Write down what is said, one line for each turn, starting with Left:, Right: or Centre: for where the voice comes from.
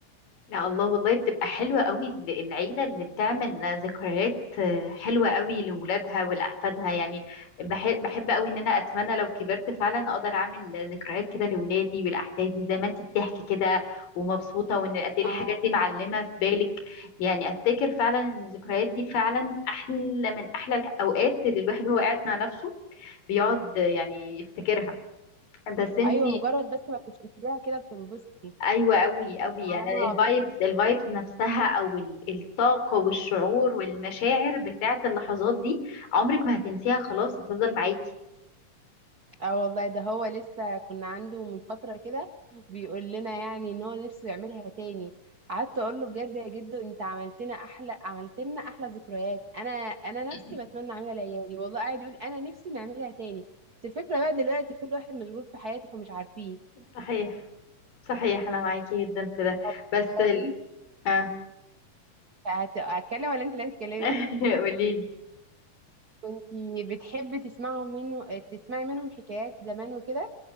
Left: لا الله والله بتبقى حلوة قوي ال- العيلة اللي بتعمل ذكريات آه، حلوة قوي لولادها ولأحفادها يعني بحب, بحب قوي ان انا اتمنى لو كبرت فعلا اقدر اعمل ذكريات كده لولادي ولأحفادي زي ما انت بتحكي كده ومبسوطة وان قد ايه الحاجات
Right: اه
Left: دي معلمة في بالك يعني افتكر فعلا ان الذكريات دي فعلا احلى من احلى الاوقات اللي الواحد هو قاعد مع نفسه بيقعد آه، يعني يفتكرها بس انت
Right: ايوه مجرد بس ما تفتكريها كده بتنبسطي
Left: ايوه قوي قوي
Right: يعني
Left: يعني
Right: انا
Left: الفايبز الفايبز نفسها او ال- الطاقه والشعور والمشاعر بتاعه اللحظات دي عمرك ما هتنسيها خلاص هتفضل معاكي
Right: اه والله ده هو لسه كنا عنده من فترة كده بيقول لنا يعني ان هو نفسه يعملها تاني قعدت اقول له بجد يا جدو انت عملت لنا احلى عملت لنا احلى ذكريات انا انا
Left: <laughs>
Right: نفسي بتمنى اعملها لعيالي والله قاعد يقول انا نفسي نعملها تاني بس الفكرة بقى دلوقتي كل واحد مشغول في حياته فمش عارفين
Left: صحيح صحيح انا معاكي جدا في ده
Right: طب
Left: بس
Right: آه،
Left: ال...
Right: وانت
Left: اه
Right: هت- هتكلم ولا انت اللي هتتكلمي
Left: <laughs>
Right: <laughs>
Left: قولي لي
Right: كنت بتحبي تسمعوا منه تسمعي منهم حكايات زمان وكده